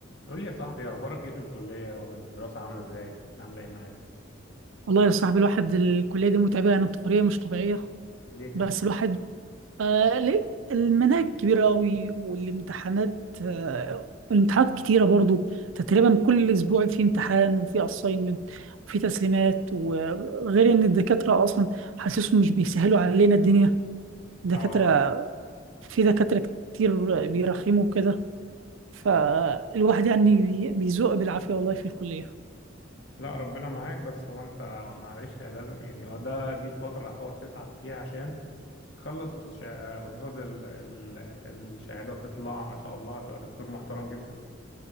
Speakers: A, on the left; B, on the right.
A: قول لي يا صاحبي اخبارك ايه في الكليه والدراسه عامله ازاي عامله ايه معاك
B: والله يا صاحبي الواحد الكلية دي متعبة يعني بطريقة مش طبيعية
A: ليه كده
B: بس الواحد آه ليه المناهج كبيرة قوي والامتحانات آه الامتحانات كتيرة برضو تقريبا كل أسبوع في امتحان وفي أساينمنت وفي تسليمات وغير إن الدكاترة أصلا حاسسهم مش بيسهلوا علينا الدنيا الدكاترة
A: اه
B: في دكاترة كتير بيرخموا كده فالواحد يعني بي- بيزوق بالعافية والله في الكلية
A: لا ربنا معاك بس هو انت معلش لازم يعني هو ده دي الفتره اللي هتقعد تتعب فيها عشان تخلص بتش... وتاخد ال... ال... الشهاده وتطلع ما شاء الله هتبقى دكتور محترم جدا